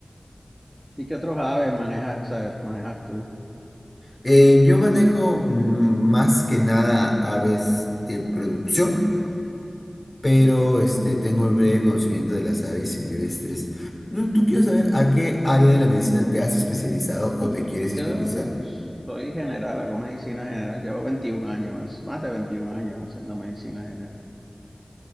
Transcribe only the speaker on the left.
Eh, yo manejo mm, más que nada aves de producción, pero este, tengo un breve conocimiento de las aves silvestres. ¿Tú, tú quiero saber a qué área de la medicina te has especializado o te quieres especializar?